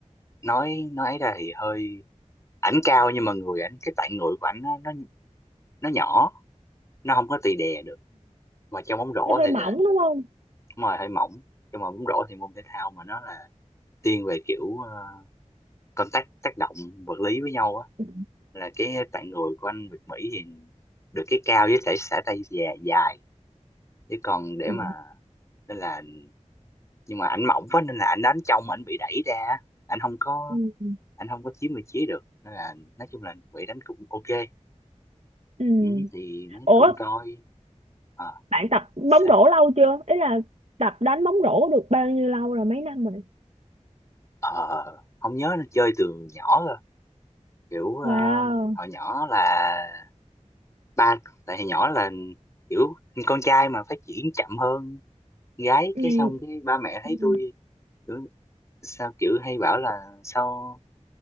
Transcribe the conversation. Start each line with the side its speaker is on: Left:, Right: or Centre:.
Left: nói nói ấy ra thì hơi ảnh cao nhưng mà người ảnh cái tạng người của ảnh nó, nó nó nhỏ nó không có tì đè được mà trong bóng rổ
Right: nó hơi
Left: thì
Right: mỏng
Left: là
Right: đúng không
Left: đúng rồi hơi mỏng nhưng mà bóng rổ thì môn thể thao mà nó là thiên về kiểu ờ, contact tác động vật lý với nhau á
Right: Ừ.
Left: là cái tạng người của anh Việt Mỹ thì được cái cao với thể xả tay dài dài chứ còn để
Right: Ừ.
Left: mà nên là nhưng mà ảnh mỏng quá nên là ảnh đánh trong ảnh bị đẩy ra ảnh không có
Right: Ừ.
Left: ảnh không có chiếm vị trí được nên là nói chung là bị đánh cũng ok
Right: Ừ.
Left: ừ, thì nó
Right: ủa
Left: cũng coi ờ
Right: bạn tập bóng
Left: sao
Right: rổ lâu chưa ý là tập đánh bóng rổ được bao nhiêu lâu rồi mấy năm rồi
Left: ờ không nhớ nó chơi từ nhỏ rồi kiểu ờ,
Right: wow
Left: hồi nhỏ là ba tại hồi nhỏ là kiểu con trai mà phát triển chậm hơn gái
Right: ừ.
Left: cái xong cái ba mẹ thấy
Right: Ừ.
Left: tôi kiểu, sao kiểu hay bảo là sao